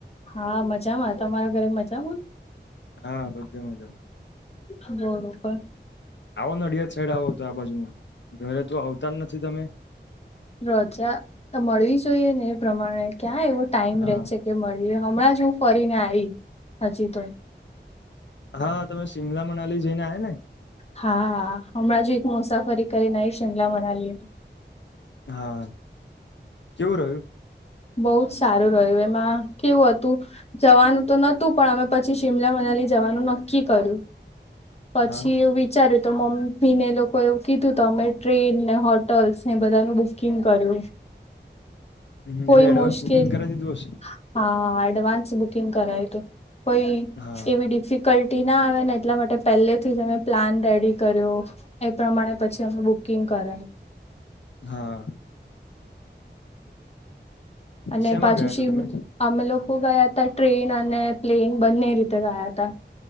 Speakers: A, on the left; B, on the left.
A: હા મજામાં તમારા ઘરે મજામાં
B: હા બધી મજા
A: બરોબર
B: આવો ન અડિયાદ સાઈડ આવો હતો આ બાજુમાં ઘરે તો આવતા જ નથી તમે
A: રજા મળી જ. જોઈએ ને એ પ્રમાણે ક્યાં એવો ટાઈમ
B: હા
A: રહે છે કે મળી હમણાં જ હ કરીને આવી હજી તોય.
B: હા તમે શિમલા મનાલી જઈને આ્યા ને
A: હા હા હમણાં જ એક મુસાફરી કરીને શિમલા મનાલી.
B: હા કેવું રહ્યું.
A: બહુ જ સારું રહ્યું એમાં કેવું હતું જવાનું તો નતું પણ અમે પછી શિમલામાં. જવાનું નકી કર્યું પછી
B: હા
A: એું વિચાર્યું. તો મમ્મી ને એ લોકો એવું કીધું તો અમે ટ્રેન ને હોટલ્સ ને બધાનું બુકિંગ કર્યું.
B: હમ
A: કોઈ
B: એટલે એડવાન્સ
A: મુશકેલ
B: બુકિંગ કરી દીધું હશે
A: હાડવાસ. કર કોઈ
B: હા
A: એવી ડિફિકલ્ટી ના આવે ને એટલા માટે પહેલેથી જ અમે પ્લાન રેડી કર્યો એ પ્રમાણે પછી અમે બુકિંગ કરાય
B: હા.
A: અને
B: શેમાં
A: પાછું
B: ગયા
A: શમ
B: હતા તમે
A: અમે લોકો ગયા ત ટ્રેન અને પ્લેન બંને રીતે ગયા ત.